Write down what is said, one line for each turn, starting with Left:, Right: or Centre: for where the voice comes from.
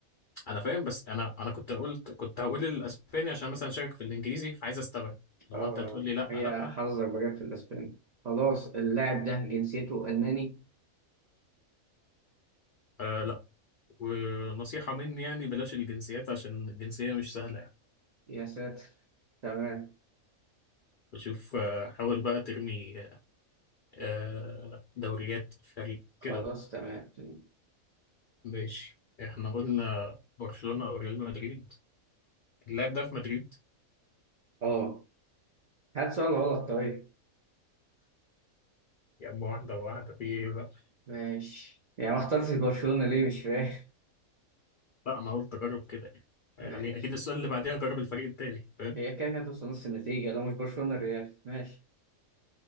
Left: انا فاهم بس انا انا كنت قلت كنت هقول الاسباني عشان مثلا شاكك في الانجليزي فعايز استبعد لو
Right: اه آه.
Left: انت تقول لي لا
Right: هي
Left: لا
Right: حظك بجد في الاسباني خلاص اللاعب ده جنسيته الماني
Left: آه لا ونصيحه مني يعني بلاش الجنسيات عشان الجنسيه مش سهله يعني
Right: يا ساتر تمام
Left: بشوف آه حاول بقى ترمي آه دوريات فريق
Right: خلاص
Left: كده بقى
Right: تمام تمام.
Left: ماشي احنا قلنا برشلونه او ريال مدريد اللاعب ده في مدريد
Right: اه هات سؤال غلط طيب
Left: يا اما واحده واحده في ايه بقى
Right: ماشي يعني ما اخترتش برشلونه ليه مش فاهم
Left: لا انا قلت اجرب كده يعني
Right: <laughs> ماشي
Left: يعني اكيد السؤال اللي بعديها جرب الفريق التاني فاهم؟
Right: هي كده كده هتوصل نص النتيجه لو مش برشلونه الريال ماشي